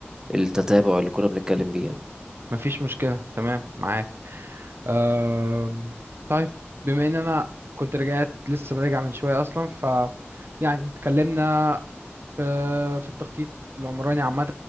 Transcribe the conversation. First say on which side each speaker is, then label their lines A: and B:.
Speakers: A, on the right; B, on the right.
A: التتابع اللي كنا بنتكلم بيه يعني
B: مفيش مشكلة تمام معاك أم، طيب بما ان انا كنت رجعت لسه راجع من شويه اصلا ف يعني اتكلمنا في في التخطيط العمراني عامه